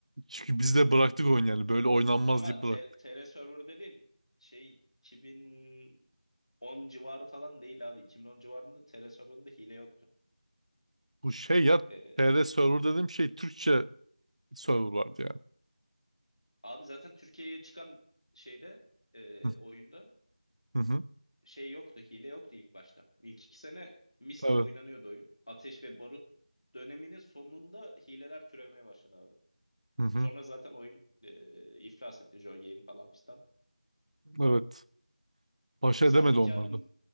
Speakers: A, on the right; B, on the left.
A: Çünkü biz de bıraktık oyun yani böyle oynanmaz
B: Ama
A: deyip bıraktık.
B: T- TR Server dediğin şey 2010 civarı falan değil abi. 2010 civarında TR Server'ında hile yoktu.
A: Bu şey ya
B: Ee,
A: TR server dediğim şey Türkçe server vardı yani.
B: abi zaten Türkiye'ye çıkan şeyde e,
A: Hı
B: oyunda
A: hı. hı.
B: şey yoktu. Hile yoktu ilk başta. İlk iki sene mis
A: Evet.
B: gibi oynanıyordu oyun. Ateş ve Barut döneminin sonunda hileler türemeye başladı abi.
A: Hı hı.
B: Sonra zaten oyun e, iflas etti. Joy Game falan fistan.
A: Evet. Baş edemedi
B: Sen peki
A: onlarda.
B: abi